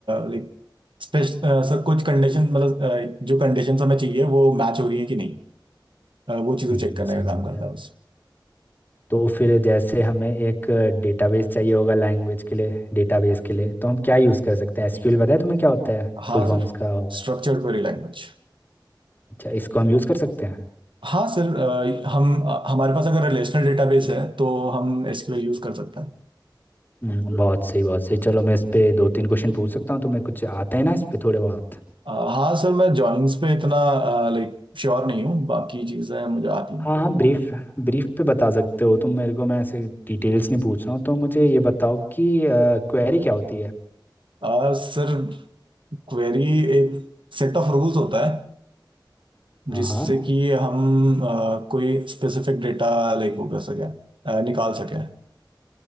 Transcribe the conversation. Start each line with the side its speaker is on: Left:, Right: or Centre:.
Right: लाइक स्पेश सर कुछ कंडीशन मतलब अ, जो कंडीशंस हमें चाहिए वो मैच हो रही है कि नहीं अ, वो चीज़ें
Left: हम्म
Right: चेक करने
Left: सही
Right: का
Left: आंसर
Right: काम करता है बस
Left: तो फिर जैसे हमें एक डेटाबेस चाहिए होगा लैंग्वेज के लिए डेटाबेस के लिए तो हम क्या यूज़ कर सकते हैं एसक्यूएल बताया तुम्हें क्या होता है
Right: हाँ
Left: फुल फॉर्म
Right: सर
Left: उसका और
Right: स्ट्रक्चर्ड क्वेरी लैंग्वेज
Left: अच्छा इसको हम यूज़ कर सकते हैं
Right: हाँ सर अ, हम अ, हमारे पास अगर रिलेशनल डेटाबेस है तो हम एसक्यूएल यूज़ कर सकते हैं
Left: हम्म, बहुत सही बहुत सही चलो मैं इस पे दो तीन क्वेश्चन पूछ सकता हूँ तुम्हें कुछ आते हैं ना इस पे थोड़े बहुत
Right: अ, हाँ सर मैं जॉइंस पे इतना लाइक श्योर नहीं हूँ बाकी चीज़ें मुझे आती
Left: हाँ
Right: हैं
Left: हाँ ब्रीफ ब्रीफ पे बता सकते हो तुम मेरे को मैं ऐसे डिटेल्स नहीं पूछ रहा हूँ तो मुझे ये बताओ कि क्वेरी क्या होती है
Right: अ, सर क्वेरी एक सेट ऑफ रूल्स होता है
Left: हाँ
Right: जिससे
Left: हाँ
Right: कि हम अ, कोई स्पेसिफिक डेटा लाइक वो कर सकें अ, निकाल सकें